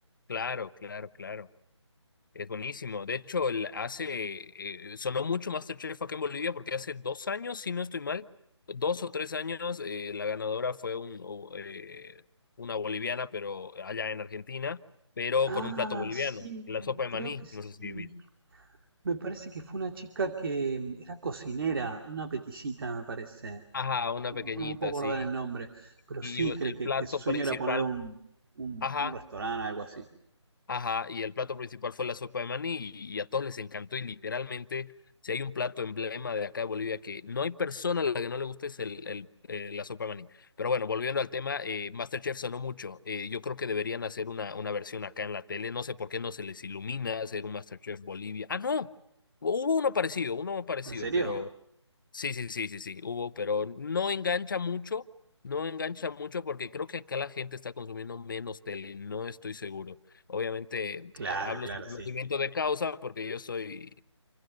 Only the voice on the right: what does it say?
Ah,
sí,
creo
que sí.
Me parece que fue una chica que mm, era cocinera, una peticita, me parece.
No,
no me puedo
acordar el nombre, pero
sí,
creo
que,
que su sueño
era poner un, un,
un restaurante, algo así.
¿En serio?
Claro,
claro,
sí.